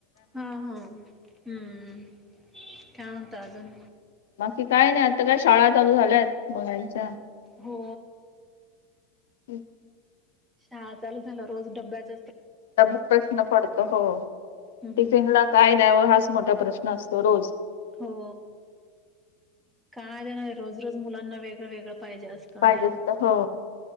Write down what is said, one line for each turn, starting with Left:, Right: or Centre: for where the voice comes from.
Right: हा हा हम्म का होता अजून
Left: बाकी काय नाही आता काय शाळा चालू झाल्यात मोलायच्या
Right: हो
Left: हम्
Right: शाळा चालू झालं रोज डब्याच
Left: प्रश्न पडत हो
Right: हम्म
Left: टिफिन
Right: हम्म
Left: ला काय द्यावं हाच मोठा प्रश्न नसतो रोज
Right: हो कायणार रोज रोज मुलांना वेगळं वेगळं पाहिजे असतं आणि
Left: पाहिजे तर हो